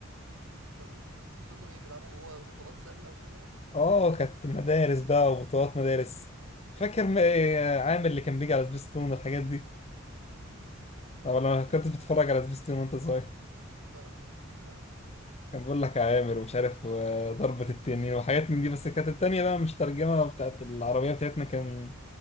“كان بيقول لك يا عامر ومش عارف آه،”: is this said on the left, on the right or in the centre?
Left